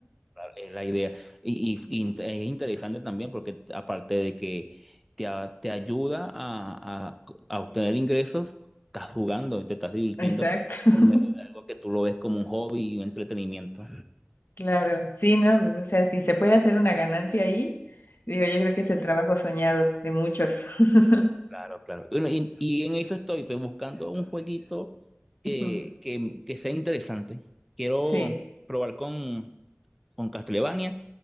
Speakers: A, in the centre; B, on the left (about 55°).
A: Es la idea. Y, y- y es interesante también porque aparte de que te, a- te ayuda a, a- a obtener ingresos, estás jugando y te estás divirtiendo
B: Exacto. <laughs>
A: por medio de algo que tú lo ves como un hobby y un entretenimiento.
B: Claro. Sí, ¿no? Pues, O sea, si se puede hacer una ganancia ahí, digo, yo creo que es el trabajo soñado de muchos. <laughs>
A: Claro, claro. Bueno, y, y en eso estoy, pues, buscando un jueguito que,
B: Ujú.
A: que, que sea interesante. Quiero
B: Sí.
A: probar con, con Castlevania